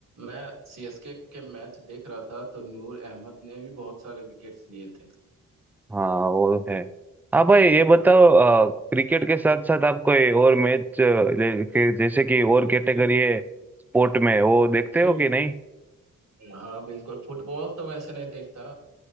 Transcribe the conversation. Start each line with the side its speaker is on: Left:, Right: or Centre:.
Right: मैं सीएसके के मैच देख रहा था तो नूर अहमद ने भी बहुत सारे विकेट्स लिए थे
Centre: हाँ वो है हाँ भाई ये बताओ
Right: तो
Centre: अ, क्रिकेट के साथ साथ आप कोई और मैच अ, ले- के- जैसे कि और कैटेगरी
Right: मैं
Centre: है स्पोर्ट में वो देखते
Right: भाई
Centre: हो कि नहीं
Right: हाँ बिल्कुल फुटबॉल तो वैसे नहीं देखता